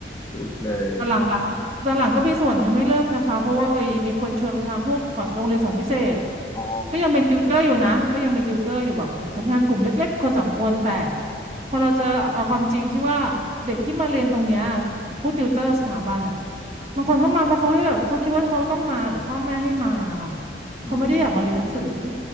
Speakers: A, on the left; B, on the right.
A: ถูกเลย
B: ตอนหลังหลังตอนหลังก็มีส่วนทำให้เลิกนะคะเพราะว่าไปมีคนชวนไปทำพวกสอนโรงเรียนสอนพิเศษ
A: อ๋อ
B: ก็ยังเป็นติวเตอร์อยู่นะก็ยังเป็นติวเตอร์อยู่แบบมันค่อนข้างกลุ่มเล็กๆคนสองคนแต่
A: อืม
B: พอเราเจอเอาความจริงที่ว่าเด็กที่มาเรียนตรงเนี้ยผู้ติวเตอร์สถาบันอ่ะ บางคนก็มาเพราะเขาแบบเขาคิดว่าเขาต้องมาหรือพ่อแม่ให้มาค่ะ
A: อืม
B: เขาไม่ได้อยากมาเรียนหนังสือ